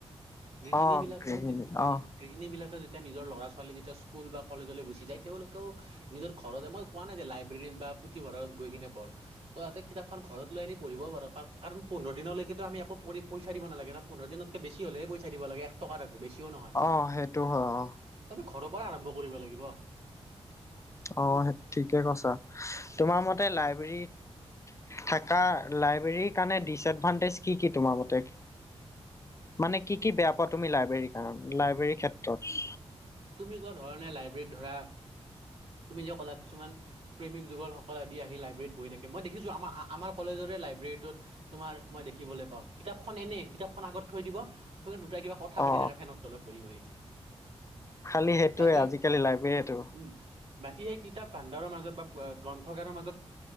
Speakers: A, on the right; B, on the left.
A: গৃহিণীবিলাকেও
B: অ গৃহিণী
A: যি তি গৃ
B: অ
A: গৃহিণীবিলাক ত যেতিয়া নিজৰ ল'ৰা - ছোৱালী যেতিয়া স্কুল বা কলেজলৈ গুচি যায় তেওঁলোকেও নিজৰ ঘৰতে, মই কোৱা নাই যে লাইব্ৰেৰীত বা পুথিভঁৰালত গৈ কিনে পঢ় তহঁতে কিতাপখন ঘৰত লৈ আনি পঢ়িব পাৰ কাৰ কাৰণ পোন্ধৰ দিনলৈকেতো আমি একো পঢ়ি পইচা দিব নালাগে ন পোন্ধৰ দিনত ত বেছি হলেহে পইচা দিব লাগে, এক টকা এটা বেছিও নহয়
B: অ সেইটো হয় অ।
A: তুমি ঘৰৰ পৰাই আৰম্ভ কৰিব লাগিব।
B: অ সে ঠিকে কৈছা, তোমাৰ মতে লাইব্ৰেৰীত থাকা, লাইব্ৰেৰীৰ কাৰণে ডিচএডভানটেজ কি কি তোমাৰ মতে? মানে কি কি বেয়া পোৱা তুমি লাইব্ৰেৰীৰ কাৰণে লাইব্ৰেৰীৰ ক্ষেত্ৰত?
A: তুমি কোৱা ধৰনে লাইব্ৰেৰীত ধৰা তুমি যে ক'লা কিছুমান প্ৰেমিক যুগলসকল আদি আহি লাইব্ৰেৰিত বহি থাকে, মই দেখিছোঁ আমাৰ আ আমাৰ কলেজৰে লাইব্ৰেৰিটোত তোমাৰ মই দেখিবলৈ পাওঁ, কিতাপখন এনেই কিতাপখন আগত থৈ দিব, থৈ দুটা কিবা কথা
B: অ
A: পাতি থাকে ফেনৰ তলত বহি - বহি।
B: খালি সেইটোৱে
A: বাকী
B: আজিকালি লাইব্ৰেৰটো,
A: উম বাকী সেই কিতাপ ভাণ্ডাৰৰ মাজত বা পোৱা গ্ৰন্থগাৰৰ মাজত।